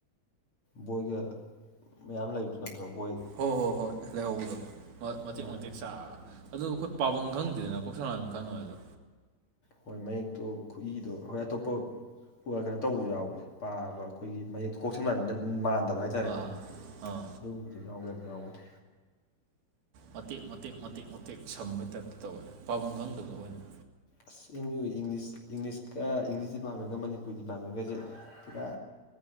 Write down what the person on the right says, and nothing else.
ꯍꯣꯏ ꯍꯣꯏ ꯍꯣꯏ ꯂꯩꯍꯧꯕꯗꯣ ꯃꯇꯦꯛ
ꯃꯇꯦꯛ ꯆꯥꯛꯑꯒ ꯑꯗꯨ ꯑꯩꯈꯣꯏ ꯄꯥꯐꯝ ꯈꯪꯗꯦꯗꯅ ꯀꯣꯛ ꯁꯝ ꯂꯥꯏ ꯃꯤꯠ ꯈꯪꯉꯁꯨ
ꯑꯥ ꯑꯥ
ꯃꯇꯦꯛ ꯃꯇꯦꯛ ꯃꯇꯦꯛ ꯃꯇꯦꯛ ꯁꯝꯕꯩ ꯇꯥꯏꯞꯇ ꯇꯧꯋꯦ ꯄꯥꯐꯝ ꯈꯪꯗꯕ ꯑꯣꯏꯌ‌ꯦ